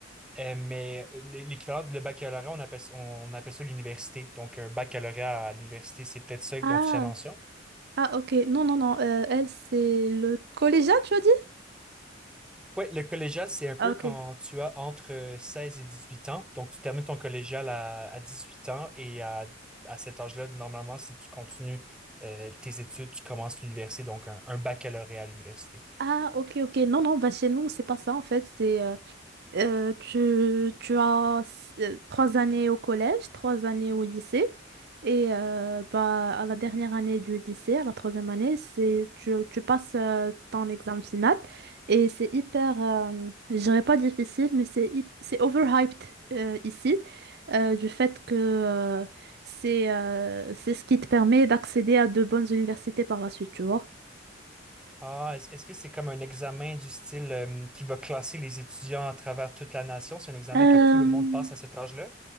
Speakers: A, in the centre; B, on the right (about 55°).
A: Euh, mais l- l'équivalent de le baccalauréat, on appelle, on appelle ça l'université. Donc, un baccalauréat à l'université, c'est peut-être ça
B: Ah,
A: dont tu as mention.
B: ah, ok. Non, non, non. euh, elle, c'est le collégial, tu as dit?
A: Oui, le collégial, c'est un
B: Ah,
A: peu
B: ok.
A: quand tu as entre euh, 16 et huit ans. Donc, tu termines ton collégial à, à 18 ans et à, à cet âge-là, normalement, si tu continues euh, tes études, tu commences l'université, donc un, un baccalauréat à l'université.
B: Ah, ok, ok. Non, non, bah chez nous, c'est pas ça en fait. C'est euh, euh, tu, tu as euh, trois années au collège, trois années au lycée. Et euh, bah, à la dernière année du lycée, à la troisième année, c'est tu, tu passes euh, ton examen final. Et c'est hyper, euh, je dirais pas difficile, mais c'est hy- c'est overhyped euh, ici, euh, du fait que euh, c'est euh, c'est ce qui te permet d'accéder à de bonnes universités par la suite, tu vois.
A: Ah, est-ce, est-ce que c'est comme un examen du style euh, qui va classer les étudiants à travers toute la nation? C'est un examen
B: Euh,
A: que tout le monde passe à cet âge-là?